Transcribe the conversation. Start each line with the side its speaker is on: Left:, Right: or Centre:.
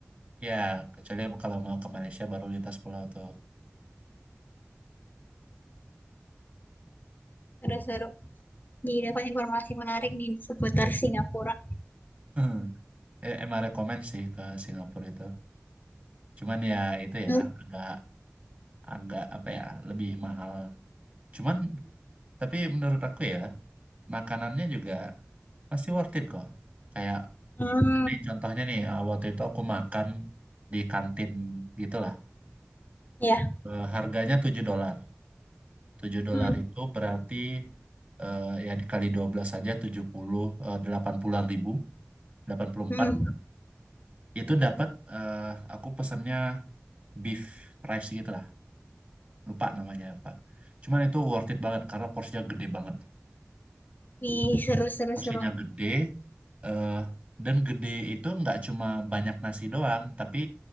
Right: Ya, kecuali kalau mau ke Malaysia baru lintas pulau tuh.
Left: seru-seru jadi dapat informasi menarik nih seputar Singapura
Right: <laughs> Ya, emang rekomen sih ke Singapura itu. Cuman ya itu ya
Left: hmm,
Right: agak agak apa ya lebih mahal. Cuman tapi menurut aku ya makanannya juga masih worth it kok. Kayak
Left: hmm,
Right: ini contohnya nih eh, waktu itu aku makan di kantin gitulah.
Left: ya
Right: Eh, Harganya 7 dolar. tujuh dolar
Left: hmm,
Right: itu berarti eh, ya dikali 12 saja tujuh puluh eh, delapan puluh ribu delapan puluh empat
Left: hmm.
Right: itu dapat eh, aku pesennya beef rice gitu lah lupa namanya apa cuman itu worth it banget karena porsinya gede banget
Left: Wih, seru seru
Right: porsinya
Left: seru
Right: gede eh, dan gede itu nggak cuma banyak nasi doang tapi